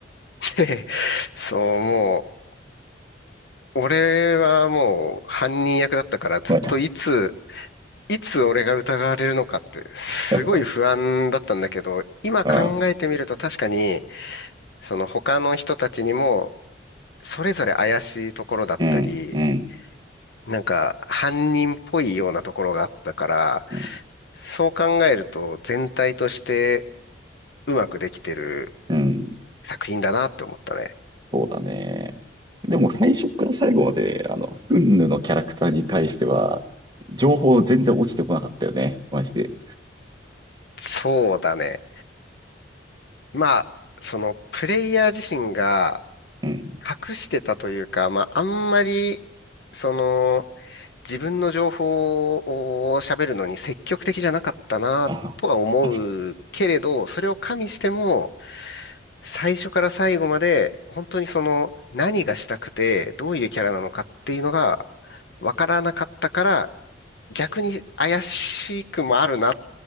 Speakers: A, on the left; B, on the right.
A: <laughs> そう、もう俺はもう犯人役だったからずっといつ、
B: また、
A: いつ俺が疑われるのかってすごい不安だったんだけど、
B: <laughs>
A: 今考えてみると確かに、
B: あ、
A: その他の人たちにもそれぞれ怪しいところだったり、
B: うん、うん、
A: なんか犯人っぽいようなところがあったから、
B: うん、
A: そう考えると全体としてうまくできてる
B: うん、
A: 作品だなって思ったね。
B: そうだね。でも最初から最後まで、あの、フンヌのキャラクターに対しては、情報全然落ちてこなかったよね。マジで。
A: そうだね。まあ、そのプレイヤー自身が
B: うん。
A: 隠してたというか、まあ、あんまり、その、自分の情報を喋るのに積極的じゃなかったなとは思うけれど、
B: あ、確か
A: それを加味しても、最初から最後まで、本当にその、何がしたくて、どういうキャラなのかっていうのが、わからなかったから、逆に怪しくもあるな